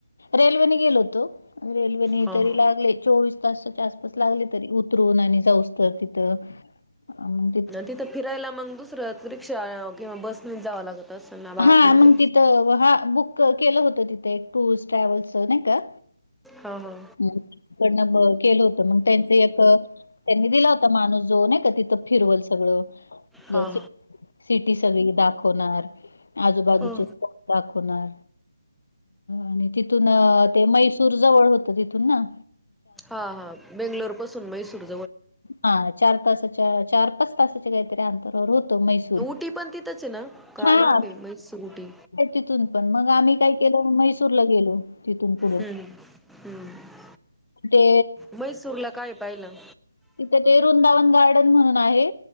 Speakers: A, on the left; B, in the centre.
A: रेल्वेने गेलोतो रेल्वेने
B: ह ह
A: तरी लागले चोवीस तस्तच्या आसपास लागले तरी उतरून आणि जाऊस् तर तिथं अ, मग
B: तिथं फिरायला मग दुसरं रिक्षा किंवा बस म जावं लागत असेल ना
A: हा
B: आतमध्ये
A: मग तिथं ह बुक केलं होतं तिथे टूर्स ट्रॅव्हल्सच नाही का
B: हा हा
A: ह तकडनं बघ केलं होत मग त्यांच एक त्यांनी दिला होता माणूस जोन आहे का तिथं फिरवल सगळं आप
B: हा हा
A: सिटी सगळी दाखवणार आजूबाजूचे
B: हो
A: दाखवणार आणि तिथून ते मैसूर जवळ हो तिथून ना
B: हा हा बेंगलोर पासून मसुरू
A: हा चार तासाच्या चार पाच तासाच्या काहीतरी अंतर होत मैसूर
B: उटी पण तिथंच आहे ना का
A: हा
B: लांब आहे म्हैसूर उटी
A: तिथून पण मग आम्ही काय केलं मैसूर ला गेलो तिथून पुढं
B: हम्म हम्म
A: ते
B: म्हैसूरला काय पाहिलं
A: तिथे ते वृंदावन गार्डन म्हणून आहे